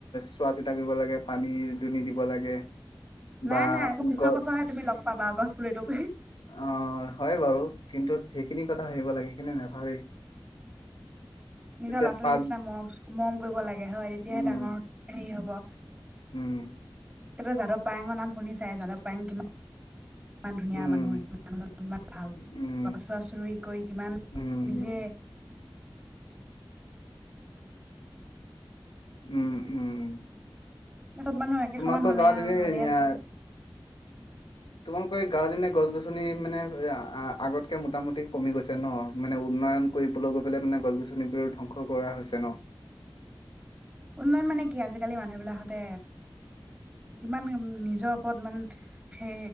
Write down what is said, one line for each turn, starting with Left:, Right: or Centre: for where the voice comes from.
Left: চোৱা চিতা কৰিব লাগে পানী দুনি দিব। লাগে।
Right: নাই
Left: বা
Right: নাই আকৌ পিছৰ
Left: গ
Right: বছৰহে তুমি লগ পাবা গছ পুলিটোক
Left: অ হয় বাৰু কিন্তু, সেইখিনি কথা ভাবিব লাগে কিন্তু নাভাবেই
Right: নিজৰ
Left: এতিয়া
Right: ল'ৰা ছোৱালীৰ
Left: পাঁচ
Right: নিচিনা মৰম মৰম কৰিব লাগে হয় তেতিয়াহে
Left: উম,
Right: ডাঙৰ হেৰি হব
Left: উম,
Right: কেতিয়াবা যাদৱ পায়েঙ বনাম। শুনি চাই যাদৱ পায়েঙ কিমা ইমান ধুনীয়া
Left: উম,
Right: মানুহ ইমান ভাল।
Left: উম,
Right: গছ চছ ৰুই কৈ কিমান
Left: উম,
Right: নিজে
Left: উম,
Right: <inaudible>
Left: উম, উম।
Right: চব মানুহ একে
Left: তোমালোকৰ
Right: সমান হ'লে
Left: গাঁৱত
Right: আৰু
Left: এনে
Right: ভালেই আছিলে।
Left: তোমালোকৰ এই গাঁৱত এনে গছ গছনি মানে আগতকে মোটামুটি কমি গৈছে ন মানে উন্নয়ন কৰিবলৈ গৈ পেলে মানে গছ গছনিবোৰ ধ্বংস কৰ
Right: উন্নয়ন মানে কি আজিকালি মানুহবিলাকতে ইমান নিজৰ ওপৰত ইমান সে